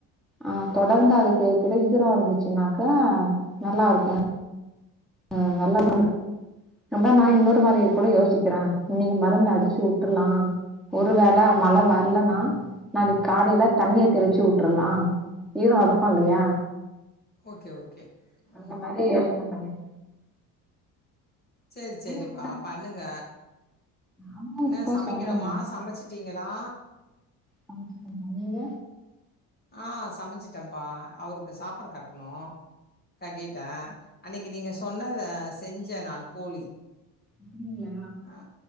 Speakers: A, in the centre; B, on the left.
A: ஆஹ் தொடர்ந்து அதுக்கு இக்கட ஈரோ இருந்துச்சுனாக்க நல்லாருக்கு ஆஹ் நல்ல தா <inaudible> அத நா இன்னொரு மாரி கூட யோசிக்கிற இன்னைக்கு மருந்து அடிச்சு உட்டர்லா ஒரு வேல மழ வர்லனா நாளைக் காலைல தண்ணிய தெளிச்சு உட்ரலா ஈரோ இருக் கூலயா
B: ஓக் ஓகே, ஓகே.
A: அந்த
B: ம்.
A: மாரி யோசன பண்ணிட்
B: சேரி செரிப்பா
A: நீங்க கூட
B: பண்ணுங்க
A: அம்மாவுக்கு
B: என்ன
A: கூட
B: சமைக்கணுமா
A: சொல்லுங்க
B: சமச்சுட்டீங்களா
A: சமச்சுட்டங்க்கா நீங்க
B: ஆஹ் சமச்சுட்டன்ப்பா அவருக்கு சாப்பாடு கட்டணு கட்டிட்ட அன்னைக்கி நீங்க சொன்னத செஞ்ச நான் போலி
A: அப்டிங்களா
B: அஹ்